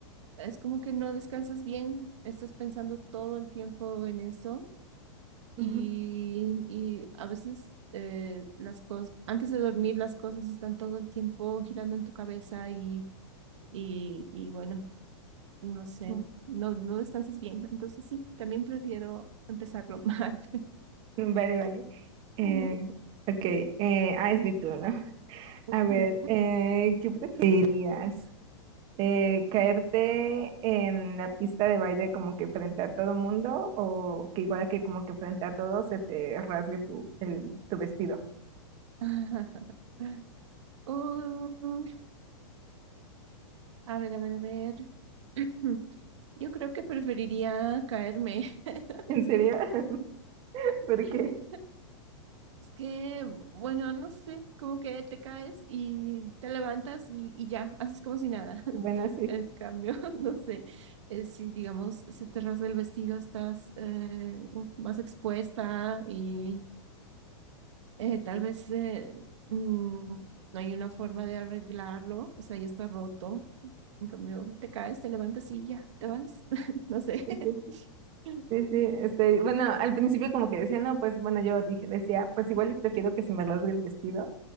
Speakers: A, on the right; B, on the right.
A: Es como que no descansas bien, estás pensando todo el tiempo en eso y,
B: Ujú.
A: y a veces eh, las cosas, antes de dormir las cosas están todo el tiempo girando en tu cabeza y, y, y bueno, no sé,
B: <laughs>
A: no, no descansas bien. Entonces sí, también prefiero empezarlo <laughs> mal.
B: Vale, vale. Eh,
A: Ujú.
B: ok, eh, ah, es mi turno.
A: Ujú.
B: A ver, eh, ¿qué preferirías? Eh, ¿caerte en la pista de baile como que frente a todo mundo o que igual que como que frente a todos se te rasgue tu, el, tu vestido?
A: <laughs> Uy, a ver, a ver, a ver. <clears throat> Yo creo que preferiría caerme.
B: ¿En serio?
A: <laughs>
B: <laughs> Porque,
A: Sí. Es que, bueno, no sé, como que te caes y te levantas y, y ya, haces como si nada. <laughs>
B: bueno, sí.
A: En cambio, <laughs> no sé, eh, si digamos, se te rasga el vestido, estás eh, uf, más expuesta y eh, tal vez eh, mm, no hay una forma de arreglarlo, o sea, ya está roto. En cambio, te caes, te levantas y ya, te vas. <laughs> No sé.
B: Ujú.
A: <laughs>
B: Sí, sí, este, bueno, al principio como que decía, no, pues bueno, yo dije, decía, pues igual y prefiero que se me rasgue el vestido,